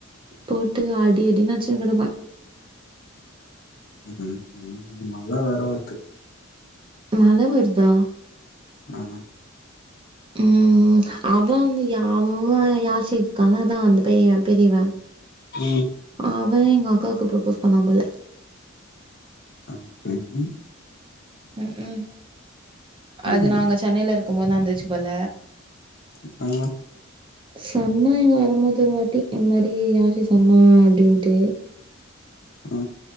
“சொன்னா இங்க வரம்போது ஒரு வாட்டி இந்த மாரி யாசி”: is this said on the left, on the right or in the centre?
Right